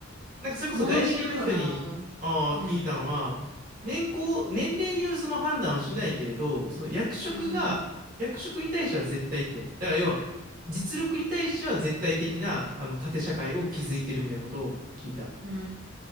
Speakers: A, on the right (about 40°); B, on the right (about 70°).
A: なんかそれこそ外資系の人に、
B: ものによるかな。
A: ああ、
B: うん。
A: 聞いたのは、年功、年齢によるその判断はしないけれど、その役職が、
B: うん。
A: 役職に対しては絶対と。だから要は、実力に対しては絶対的な、あの、縦社会を築いてるみたいなことを聞いた。
B: うー